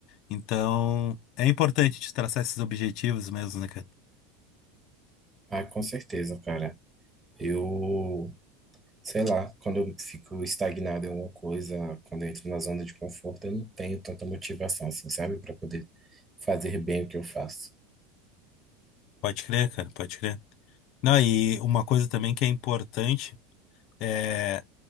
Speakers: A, on the left; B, on the right.
A: Então, é importante te traçar esses objetivos mesmo, né, cara?
B: Ah, com certeza, cara. Eu Sei lá, quando eu fico estagnado em alguma coisa, quando eu entro na zona de conforto, eu não tenho tanta motivação, assim, sabe, para poder fazer bem o que eu faço.
A: Pode crer, cara, pode crer. Não, e uma coisa também que é importante. eh,